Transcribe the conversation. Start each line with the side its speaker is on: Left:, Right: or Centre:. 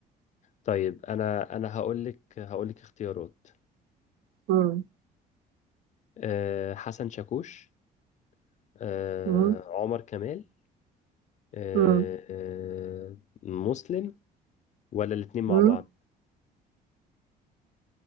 Left: طيب انا انا هقول لك هقول لك اختيارات
Right: مم.
Left: أه حسن شاكوش أه
Right: مم.
Left: عمر كمال أه
Right: مم.
Left: أه مسلم ولا الاتنين مع
Right: مم.
Left: بعض